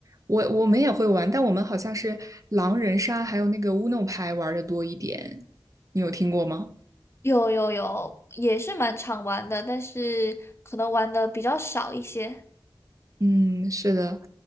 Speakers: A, on the right (about 40°); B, on the left (about 30°).
A: 我我们也会玩，但我们好像是狼人杀还有那个乌弄牌玩的多一点。你有听过吗？
B: 有有有，也是蛮常玩的，但是可能玩的比较少一些。
A: 嗯，是的，